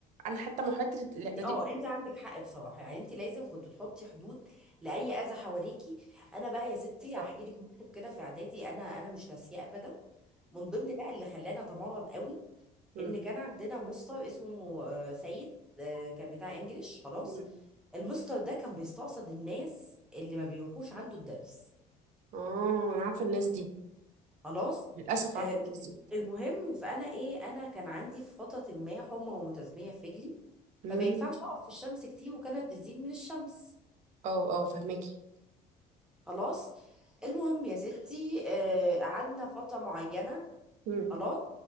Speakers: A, on the right (about 55°); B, in the centre.
A: انا حتى مرحلة الاعدادي
B: اه انت عندك حق بصراحه يعني انت لازم كنت تحطي حدود لاي اذى حواليكي انا بقى يا ستي
A: بالظبط
B: هحكي لك موقف كده في اعدادي انا انا مش ناسياه ابدا من ضمن بقى اللي خلاني اتمرد قوي
A: مم.
B: ان كان عندنا مستر اسمه آه، سيد آه، كان بتاع انجليش خلاص
A: مم.
B: المستر ده كان بيستقصد الناس اللي ما بيروحوش عنده الدرس
A: اه انا عارفه الناس دي
B: خلاص
A: للاسف
B: آه،
A: عارفه الناس دي
B: المهم فانا ايه انا كان عندي في فتره ما حمى ومتزميه في رجلي
A: مم.
B: فما ينفعش اقف في الشمس كتير وكانت بتزيد من الشمس
A: اه اه فهماكي
B: خلاص المهم يا ستي آه، قعدنا فتره معينه
A: مم.
B: خلاص